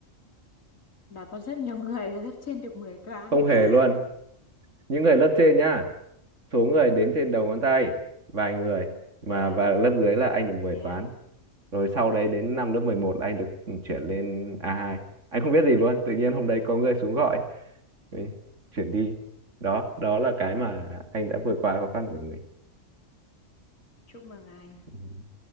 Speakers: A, on the left; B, on the right.
A: là có rất nhiều người ở lớp trên được 10 toán
B: không hề
A: <laughs>
B: luôn những người lớp trên nhá số người đếm trên đầu ngón tay vài người mà
A: yeah
B: và lớp dưới là anh được mười
A: yeah
B: toán rồi sau đấy đến năm lớp 11 là anh được ừ, chuyển lên a hai anh không biết gì luôn tự nhiên hôm đấy có người xuống gọi "Ê, chuyển đi đó đó là cái mà anh đã vượt qua khó khăn của mình
A: chúc mừng anh
B: Ừ.